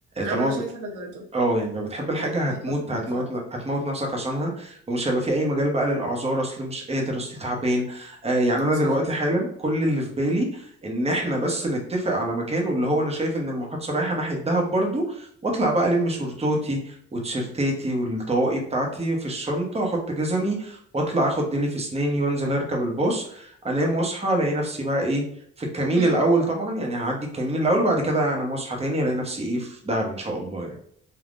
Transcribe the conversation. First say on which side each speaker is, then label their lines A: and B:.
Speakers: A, on the right (about 80°); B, on the right (about 20°).
A: انا
B: طالما
A: شايفة ده برضو
B: اه يعني لو بتحب الحاجة هتموت
A: اتفق معاك
B: هتموت
A: فعلا
B: ن- هتموت نفسك عشانها ومش هيبقى في أي مجال بقى للأعذار أصل مش قادر أصل تعبان آه يعني أنا
A: صح
B: دلوقتي حالا كل اللي في بالي إن إحنا بس نتفق على مكان واللي هو أنا شايف إن المحادثة رايحة ناحية دهب برضو وأطلع بقى ألم شورتوتي وتيشيرتاتي والطواقي بتاعتي في الشنطة وأحط جزمي وأطلع آخد ديلي في أسناني وأنزل أركب الباص أنام وأصحى ألاقي نفسي بقى إيه في الكمين
A: امم
B: الأول طبعا يعني هعدي الكمين الأول وبعد كده أنا مصحى تاني ألاقي نفسي إيه في دهب إن شاء الله يعني